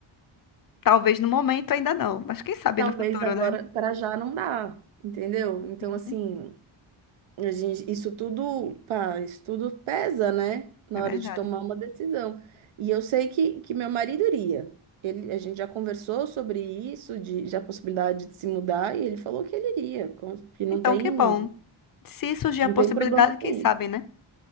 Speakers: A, on the left; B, on the right.
A: Talvez no momento ainda não, mas quem sabe
B: Talvez
A: no futuro,
B: agora,
A: né?
B: para já não dá, entendeu? Então,
A: Uhum,
B: assim, a gente, isso tudo, pá, isso tudo pesa, né? Na
A: É verdade.
B: hora de tomar uma decisão. E eu sei que, que meu marido iria. Ele, a gente já conversou sobre isso, de, de a possibilidade de se mudar, e ele falou que ele iria, com- que não
A: Então,
B: tem.
A: que bom. Se surgir
B: Não
A: a possibilidade,
B: tem problema com
A: quem
B: isso.
A: sabe, né?